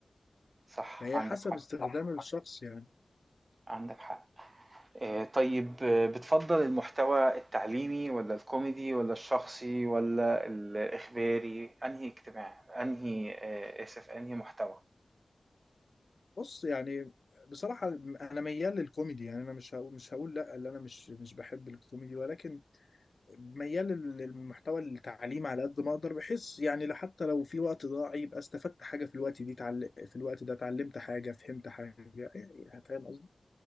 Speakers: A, on the right; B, on the left.
A: صح
B: فهي
A: عندك
B: حسب
A: حق
B: استخدام صح الشخص يعني
A: عندك حق آه، طيب آه، بتفضل المحتوى التعليمي ولا الكوميدي ولا الشخصي ولا الإخباري أنهي اجتماع أنهي آه، آسف أنهي محتوى
B: بص يعني بصراحة أنا ميال للكوميدي يعني أنا مش هقول مش هقول لأ اللي أنا مش مش بحب الكوميدي ولكن ميال لل- للمحتوى التعليمي على قد ما أقدر بحس يعني لا- حتى لو في وقت ضاع يبقى استفدت حاجة في الوقت دي تعل... في الوقت ده اتعلمت حاجة فهمت حاجة يعني فاهم